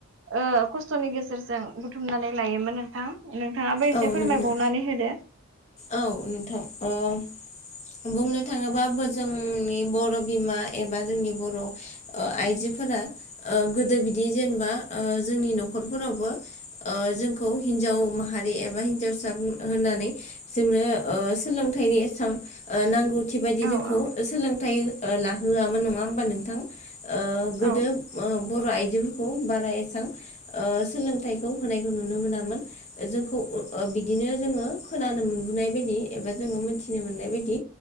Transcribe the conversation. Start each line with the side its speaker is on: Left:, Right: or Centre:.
Right: ओ खस्थ'नि गेजेरजों बुथुमनानै लायोमोन नोंथां नोंथाङाबो एसे
Left: औ
Right: फोरमायबावनानै
Left: नंगौ
Right: होदो
Left: औ नोंथां ओ बुंनो थाङोबाबो जोंनि बर' बिमा एबा जोंनि बर' ओ आइजो फोरा ओ गोदो बिदि जेनेबा जोंनि न'खरफोरावबो ओ जोंखौ हिन्जाव माहारि एबा हिन्जावसा बुं होननानै जोंनो ओ सोलोंथाइनि एसां नांगौथि बादि
Right: औ
Left: जोंखौ
Right: औ
Left: सोलोंथाइ ला होआमोन नङा होमबा नोंथां। ओ गोदो
Right: औ
Left: ओ बर' आइजोफोरखौ बारा एसां ओ सोलोंथाइखौ होनायखौ नुनो मोनामोन। ओ जोंखौ ओ बिदिनो जोङो खोनानो मोन नाय बादि एबा जोङो मिथिनो मोननाय बादि